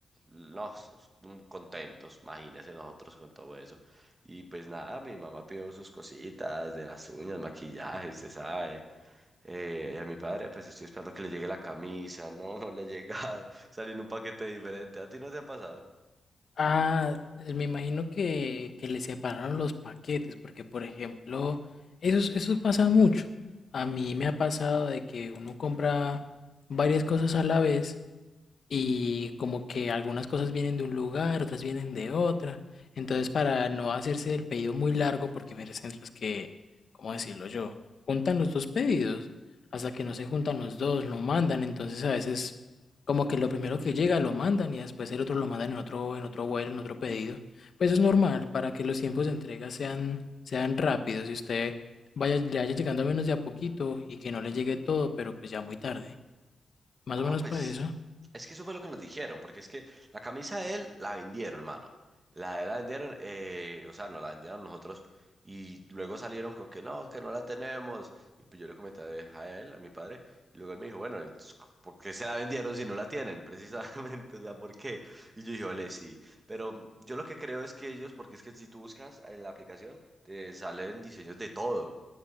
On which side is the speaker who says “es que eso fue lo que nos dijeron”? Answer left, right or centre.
Right